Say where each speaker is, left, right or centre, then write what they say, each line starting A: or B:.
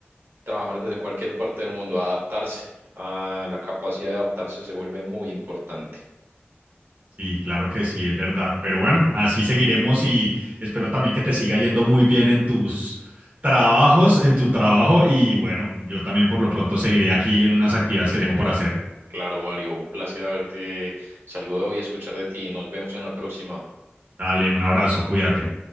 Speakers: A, on the right; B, on the right.
A: trabajar desde cualquier parte del mundo, adaptarse. A la capacidad de adaptarse se vuelve muy importante.
B: Sí, claro que sí, es verdad. Pero bueno, así seguiremos y espero también que te siga yendo muy bien en tus trabajos, en tu trabajo. Y bueno, yo también por lo pronto seguiré aquí en unas actividades que tengo por hacer.
A: Claro, Mario, un placer haberte saludado y escuchar de ti. Nos vemos en la próxima.
B: Dale, un abrazo, cuídate.